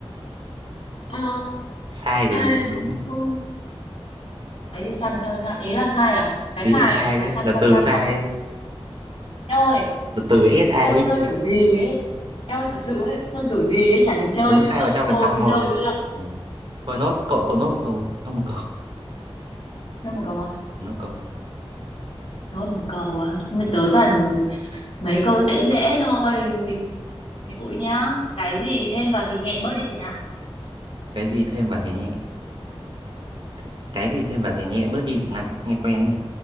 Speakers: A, on the left; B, on the right.
A: ờ
B: Sai thì
A: à,
B: làm gì có đúng.
A: không cái gì sai một trăm phần trăm ý là sai à cái
B: Ý
A: sai
B: là sai
A: à là
B: đấy,
A: sai
B: là
A: một trăm
B: từ
A: phần trăm
B: sai
A: à
B: đấy.
A: eo ơi
B: Là từ SAI,
A: Em ơi chơi kiểu gì ấy Em ơi thật sự ấy Chơi kiểu gì ấy Chả thèm chơi
B: đúng
A: nữa
B: sai 100%
A: Thôi không
B: không?
A: chơi nữa đâu
B: Ừ. Thôi nốt, cậu cậu nốt một câu, đi, nốt một câu,
A: Nói một câu à
B: nốt câu, đi,
A: Thôi một câu á Nhưng mà
B: nốt
A: tớ
B: câu.
A: toàn mấy câu dễ dễ thôi Ví dụ nhá Cái gì thêm vào thì nhẹ bớt đi thì nặng
B: cái gì thêm vào thì nhẹ Th- cái gì thêm vào thì nhẹ bớt đi thì nặng nghe quen ấy nhỉ